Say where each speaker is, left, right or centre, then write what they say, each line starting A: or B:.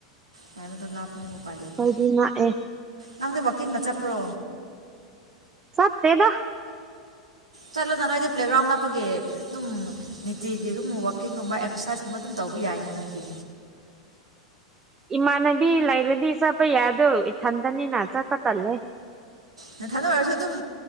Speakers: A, on the right; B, on the right.
A: ꯍꯥꯏꯕꯗꯣ ꯂꯥꯞ ꯑꯗꯨ ꯃꯣꯄꯥꯥꯏ ꯂꯩꯇ
B: ꯑꯩꯈꯣꯏꯗꯤ ꯅꯛꯑꯦ
A: ꯅꯪꯗꯤ ꯋꯥꯛꯀꯤꯡꯗ ꯆꯠꯄ꯭ꯔꯣ
B: ꯁꯠꯇꯇꯩꯗ
A: ꯆꯠꯂꯨꯅ ꯅꯣꯏꯗꯤ ꯄ꯭ꯂꯦꯒ꯭ꯔꯥꯎꯟ ꯅꯞꯄꯒꯤ ꯑꯗꯨꯝ ꯅꯤꯇꯤꯒꯤꯒꯨꯝꯕ ꯋꯥꯛꯀꯤꯡꯒꯨꯝꯕ ꯑꯦꯛꯁꯔꯁꯥꯏꯁꯀꯨꯝꯕ ꯑꯗꯨꯝ ꯇꯧꯕ ꯌꯥꯏꯅꯦ ꯅꯣꯏꯗꯤ
B: ꯏꯃꯥꯟꯅꯕꯤ ꯂꯩꯔꯗꯤ ꯆꯠꯄ ꯌꯥꯗꯣ ꯏꯊꯟꯇꯅꯤꯅ ꯆꯠꯄ ꯇꯜꯂꯦ
A: ꯉꯟꯊꯟꯗ ꯑꯣꯏꯔꯁꯨ ꯑꯗꯨꯝ